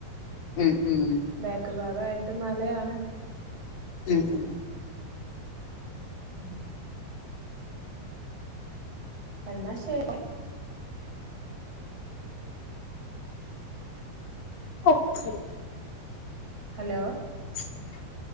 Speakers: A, on the left; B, on the right.
A: ഉം ഉം
B: ബാക്ക് ഭാഗായിട്ട് മലയാണ്
A: ഉം ഉം
B: ഉം എന്നാ ശരി
A: കുക്കി
B: ഹലോ
A: <inaudible>